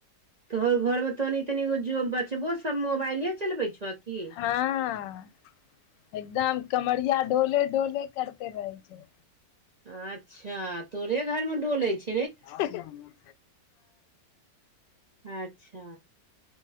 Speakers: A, on the right; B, on the left.
A: तोहर घरमे तनी तनिगो जो बचबो सब मोबाइले चलबै छै की
B: हँ एकदम कमरिया डोले डोले करते रहे छै त
A: अच्छा तोरे घर मे डोले छ
B: हँ
A: अच्छा